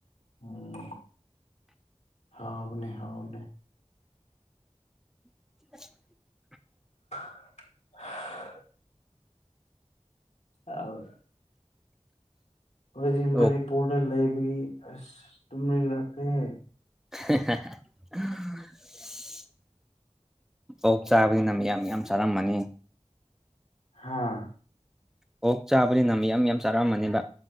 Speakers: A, on the left; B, in the centre.
A: ꯎꯝ ꯍꯥꯎꯕꯅꯦ ꯍꯥꯎꯕꯅꯦ
B: <unintelligible>
A: <unintelligible> ꯑꯧ ꯈꯣꯏꯗꯤ ꯃꯅꯤꯄꯨꯔꯗ
B: ꯑꯣꯛ
A: ꯂꯩ ꯕꯒꯤ ꯑꯁ ꯇꯨꯝꯅꯤꯡꯂꯛꯈ꯭ꯔꯦ
B: <unintelligible> ꯑꯣꯛ ꯆꯥꯕꯅꯤꯅ ꯃꯤꯌꯥꯝ ꯃꯤꯌꯥꯝ ꯆꯥꯔꯝꯃꯅꯤ
A: ꯍꯥꯥ
B: ꯑꯣꯛ ꯆꯥꯕꯅꯤꯅ ꯃꯤꯌꯥꯝ ꯃꯤꯌꯥꯝ ꯆꯥꯔꯝꯃꯅꯤꯕ